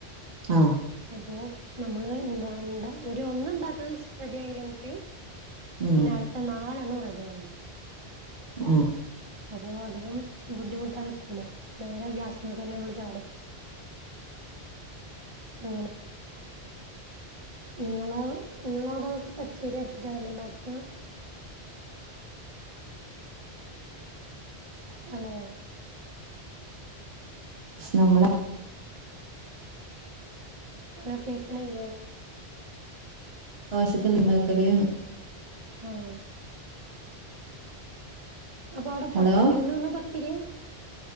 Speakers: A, on the right; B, on the right.
A: ആഹ്
B: അപ്പൊ നമ്മള് എന്താ <unintelligible> ഒരു ഒന്ന് ഉണ്ടാക്കണ റെഡി ആയില്ലെങ്കില്
A: ഉം
B: പിന്നെ അടുത്ത നാലെണ്ണോം റെഡി ആവൂല
A: <unintelligible>
B: അപ്പൊ അധികം ബുദ്ധിമുട്ടാ നിക്കൂല നേരെ ഗ്യാസ്മേക്കന്നെ നമ്മൾ ചാടും അങ്ങനെ നിങ്ങള നിങ്ങളവിടെ പച്ചരി അരച്ചിട്ടവൂല്ലേ ഉണ്ടാക്കുക ഹലോ
A: നമ്മള
B: ഹലോ കേക്ക്ണില്ലേ?
A: ദോശക്ക് ന്ത്‌ ണ്ടാക്ക്ല്ന്ന്?
B: ആഹ് അപ്പൊ അവ്ടെ പത്തല്ന്ന്
A: ഹലോ
B: പർഞ്ഞാ പത്തിര്യാ?